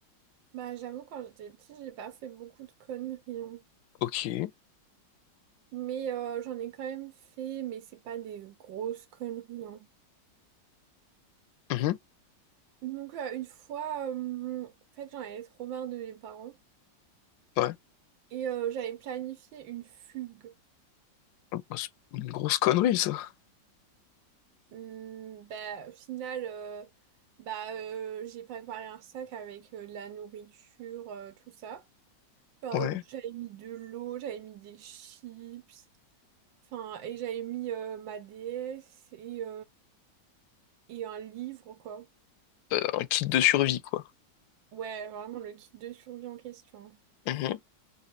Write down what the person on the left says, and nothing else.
Ok.
Mhm.
Ouais.
Bah, c'est Une grosse connerie, ça.
Ouais.
Euh, un kit de survie, quoi.
Mhm.